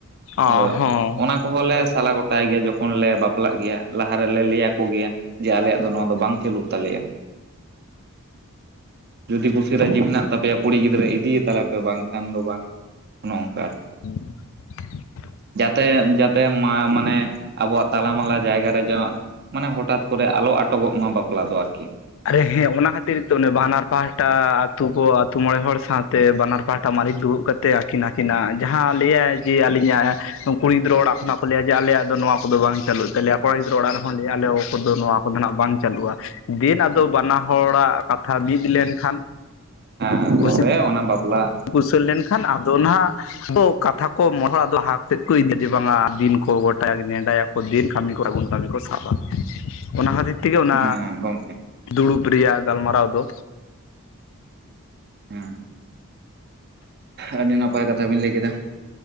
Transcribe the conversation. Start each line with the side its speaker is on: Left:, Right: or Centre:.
Left: ᱚ
Right: ᱦᱳᱭ
Left: ᱦᱚᱸ
Right: ᱚᱱᱟ ᱠᱚ ᱦᱚᱸᱞᱮ ᱥᱟᱞᱟ ᱜᱚᱴᱟᱭ ᱜᱮᱭᱟ ᱡᱚᱠᱷᱚᱱ ᱞᱮ ᱵᱟᱯᱞᱟᱜ ᱜᱮᱭᱟ ᱞᱟᱦᱟ ᱨᱮᱞᱮ ᱞᱟᱹᱭ ᱟᱠᱚ ᱜᱮᱭᱟ ᱡᱮ ᱟᱞᱮᱭᱟᱜ ᱫᱚ ᱱᱚᱣᱟ ᱫᱚ ᱵᱟᱝ ᱪᱟᱹᱞᱩᱜ ᱛᱟᱞᱮᱭᱟ ᱡᱩᱫᱤ ᱠᱩᱥᱤ ᱨᱟᱹᱡᱤ ᱢᱮᱱᱟᱜ ᱛᱟᱯᱮᱭᱟ ᱠᱩᱲᱤ ᱜᱤᱫᱽᱨᱟᱹ ᱤᱫᱤᱭᱮ ᱛᱟᱞᱮ ᱯᱮ ᱵᱟᱝ ᱠᱷᱟᱱ ᱫᱚ ᱵᱟᱝ ᱚᱱᱮ ᱚᱱᱠᱟ ᱟᱨᱠᱤ
Left: <inaudible>
Right: ᱡᱟᱛᱮ ᱡᱟᱛᱮ ᱢᱟ ᱢᱟᱱᱮ ᱟᱵᱚᱣᱟᱜ ᱛᱟᱞᱟ ᱢᱟᱞᱟ ᱡᱟᱭᱜᱟ ᱨᱮ ᱡᱮ ᱢᱟᱱᱮ ᱦᱚᱸᱴᱟᱛ- ᱠᱚᱨᱮ ᱟᱞᱚ ᱟᱴᱚ ᱜᱚᱸᱜ ᱢᱟ ᱵᱟᱯᱞᱟ ᱫᱚ ᱟᱨᱠᱤ
Left: ᱟᱨᱮ ᱦᱮᱸ ᱚᱱᱟ ᱠᱷᱟᱹᱛᱤᱨ ᱛᱮ ᱚᱱᱮ ᱵᱟᱱᱟᱨ ᱯᱟᱦᱟᱴᱟ ᱟᱹᱛᱳ ᱠᱚ ᱟᱹᱛᱳ ᱢᱚᱬᱮ ᱦᱚᱲ ᱥᱟᱶᱛᱮ ᱵᱟᱱᱟᱨ ᱯᱟᱦ ᱴᱟ ᱢᱟᱹᱞᱤᱠ ᱫᱩᱲᱩᱵ ᱠᱟᱛᱮᱫ ᱟᱹᱠᱤᱱ ᱟᱹᱠᱤᱱᱟᱜ ᱡᱟᱦᱟᱸ ᱞᱟᱹᱭᱟᱭ ᱡᱮ ᱟᱹᱞᱤᱧᱟᱜ ᱠᱩᱲᱤ ᱜᱤᱫᱽᱨᱟᱹ ᱚᱲᱟᱜ ᱠᱷᱚᱱᱟᱜ ᱠᱚ ᱞᱟᱹᱭ ᱟ ᱡᱮ ᱟᱞᱮᱭᱟᱜ ᱫᱚ ᱱᱚᱣᱟ ᱠᱚᱫᱚ ᱵᱟᱝ ᱪᱟᱞᱩᱜ ᱛᱟᱞᱮᱭᱟ ᱠᱚᱲᱟ ᱜᱤᱫᱽᱨᱟᱹ ᱚᱲᱟᱜ ᱨᱮᱦᱚᱸ ᱞᱟᱹᱭ ᱟᱞᱮ ᱠᱚᱫᱚ ᱱᱚᱣᱟ ᱠᱚᱫᱚ ᱱᱟᱸᱜ ᱵᱟᱝ ᱪᱟᱹᱞᱩᱜᱼᱟ ᱫᱤᱱ ᱟᱫᱚ ᱵᱟᱱᱟ ᱦᱚᱸᱲᱟᱜ ᱠᱟᱛᱷᱟ ᱢᱤᱫ ᱞᱮᱱᱠᱷᱟᱱ
Right: ᱦᱮᱸ
Left: ᱠᱩᱥᱤ
Right: ᱛᱚᱵᱮ ᱚᱱᱟ ᱵᱟᱯᱞᱟ
Left: ᱠᱩᱥᱟᱹᱞ ᱞᱮᱱᱠᱷᱟᱱ ᱟᱫᱚ ᱱᱟᱦᱟᱜ ᱟᱫᱚ ᱠᱟᱛᱷᱟ ᱠᱚ <unintelligible> ᱞᱟᱦᱟ ᱥᱮᱫ ᱠᱚ ᱤᱫᱤ ᱡᱮ ᱵᱟᱝᱼᱟ ᱫᱤᱱ ᱠᱚ ᱜᱚᱴᱟᱭᱟ ᱱᱮᱰᱟᱭᱟ ᱩᱫ ᱫᱤᱱ ᱠᱟᱹᱢᱤ ᱠᱚ ᱥᱟᱹᱜᱩᱱ ᱠᱟᱹᱢᱤ ᱠᱚ ᱥᱟᱵᱟ ᱚᱱᱟ ᱠᱷᱟᱹᱛᱤᱨ ᱛᱤ ᱜᱤ ᱚᱱᱟ
Right: ᱦᱮᱸ ᱜᱚᱝᱠᱮ
Left: ᱫᱩᱲᱩᱵ ᱨᱮᱭᱟᱜ ᱜᱟᱞᱢᱟᱨᱟᱣ ᱫᱚ
Right: ᱦᱚᱸ ᱟᱹᱰᱤ ᱱᱟᱯᱟᱭ ᱠᱟᱛᱷᱟ ᱵᱤᱱ ᱞᱟᱹᱭ ᱠᱮᱫᱟ